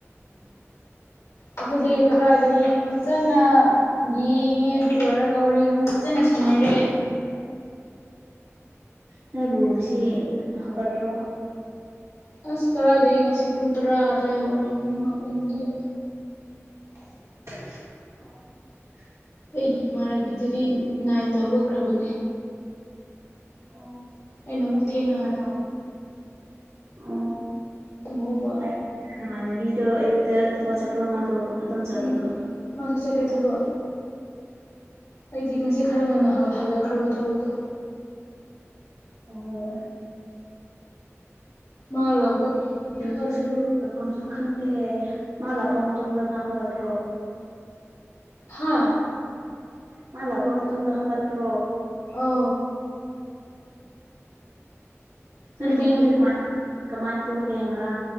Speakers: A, on the left; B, on the right.
A: ꯑꯩꯈꯣꯏꯗꯤ ꯀꯔꯏꯗꯒꯤ ꯐꯖꯅ ꯌꯦꯡꯉꯦ ꯑꯗꯨ ꯂꯣꯏꯔꯒ ꯋꯥꯔꯤ ꯑꯃꯨꯛ ꯐꯖꯅ ꯁ ꯃꯦ
B: <unintelligible> ꯅꯣꯏꯕꯨ ꯉꯁꯤ ꯉꯟꯅ ꯍꯧꯒꯠꯇꯄ꯭ꯔꯣ
A: ꯑꯁ ꯀꯗꯥꯥꯏꯗꯒꯤ ꯉꯁꯤ ꯄꯨꯡ ꯇꯔꯥ ꯑꯗꯨꯗꯥꯋꯥꯏ ꯍꯧꯒꯠꯂꯒꯅꯤ ꯃꯥꯄꯜ ꯑꯗꯨꯋꯥꯏꯗ
B: ꯑꯣ
A: ꯑꯩꯒꯤ ꯏꯃꯥꯟꯅꯕꯤꯗꯨꯗꯤ ꯅꯥꯏꯟꯗ ꯍꯧꯒꯠꯈ꯭ꯔꯕꯅꯦ
B: ꯑꯣ
A: ꯑꯩꯅ ꯑꯃꯨꯛ ꯊꯦꯡꯅꯗ
B: ꯄꯨꯡ ꯃꯅꯥꯎ ꯑꯣ
A: ꯇꯨꯝꯍꯧꯕ
B: ꯐꯩ ꯅꯃꯥꯟꯅꯕꯤꯗꯣ ꯑꯌꯨꯛꯇ ꯊꯕꯛ ꯆꯠꯄ꯭ꯔꯣ ꯃꯥꯗꯣ ꯑꯗꯨꯝ ꯆꯠꯄꯗꯣ
A: ꯎꯝ ꯃꯥꯁꯨ ꯆꯠꯂꯂꯤꯦ ꯊꯕꯛ ꯑꯩꯗꯤ ꯉꯁꯤ ꯈꯔ ꯉꯟꯅ ꯍ ꯍꯜꯂꯛ ꯈꯔ ꯀ ꯊ ꯐꯣꯛ ꯇꯣ
B: ꯑꯣ
A: ꯃꯥ ꯂꯥꯛꯄ ꯉꯥꯏꯔꯤꯅꯦ
B: ꯑꯈꯣꯏꯁꯨ
A: ꯑꯩꯁꯨ
B: ꯆ ꯈꯪꯗꯦ ꯅ ꯂꯥꯛꯄ ꯃꯇꯨꯡ ꯃꯇꯨꯡꯗ ꯅ ꯍꯒꯇꯣ
A: ꯍꯥ
B: ꯃꯥ ꯂꯥꯛꯄ ꯃꯇꯨꯡꯗ ꯍꯧꯒꯠꯄ꯭ꯔꯣ
A: ꯑ ꯑꯩꯗꯤ
B: ꯎ ꯐꯃꯨꯗꯤ ꯀꯃꯥꯏ ꯀꯃꯥꯏ ꯇꯨꯝꯒꯦ꯭ꯔꯥ